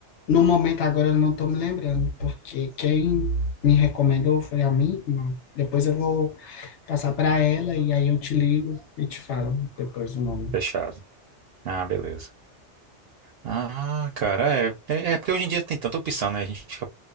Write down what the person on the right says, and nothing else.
Fechado. Ah, beleza. Ah, cara, é, é, é porque hoje em dia tem tanta opção, né? A gente fica